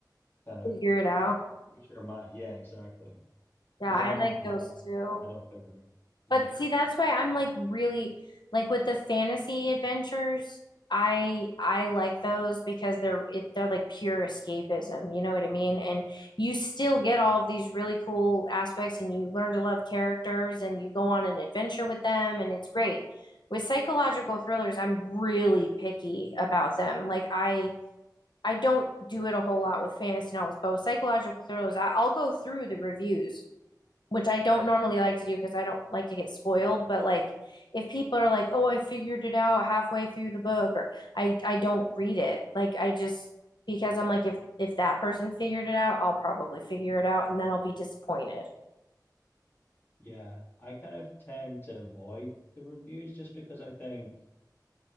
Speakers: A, on the left (about 30°); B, on the left (about 80°).
A: kind of
B: figure it out
A: push your mind. Yeah, exactly.
B: yeah
A: Because
B: i
A: I'm
B: like
A: one,
B: those too
A: I don't figure it out. Yeah.
B: But Yeah. see, that's why I'm like really like with the fantasy adventures, I I like those because they're it they're like pure escapism, you know what I mean? And you still get all of these really cool aspects and you learn to love characters and you go on an adventure with them and it's great. With psychological thrillers, I'm really picky about them. Like I I don't do it a whole lot with fantasy novels, but with psychological thrillers, I, I'll go through the reviews which I don't normally like to do because I don't like to get spoiled, but like if people are like, "Oh, I figured it out halfway through the book," or I I don't read it. Like I just because I'm like if if that person figured it out, I'll probably figure it out and then I'll be disappointed.
A: Yeah, I kind of tend to avoid the reviews just because I think